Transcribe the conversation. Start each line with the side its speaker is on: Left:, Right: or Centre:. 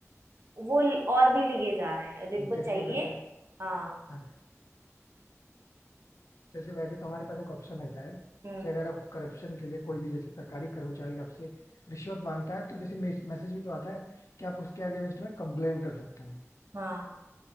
Right: वो ल- और भी लिए जा रहे हैं और जिनको
Left: जैसे
Right: चाहिए
Left: वैसे
Right: हाँ
Left: हाँ, जैसे वैसे तो हमारे पास एक ऑप्शन रहता है
Right: हम्म
Left: कि अगर आप करप्शन के लिए कोई भी जैसे सरकारी कर्मचारी आपसे रिश्वत मांगता है तो जैसे मैसेज भी तो आता है कि आप उसके अगेंस्ट में कंप्लेन कर सकते हो
Right: हाँ